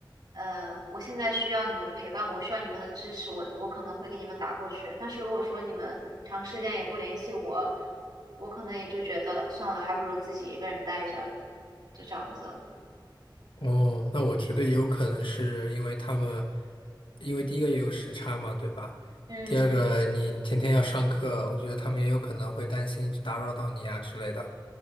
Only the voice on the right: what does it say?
呃，我现在需要你们陪伴，我需要你们的支持，我我可能会给你们打过去。但是如果说你们长时间也不联系我，我可能也就觉得算了，还不如自己一个人待着，就这样子。
嗯，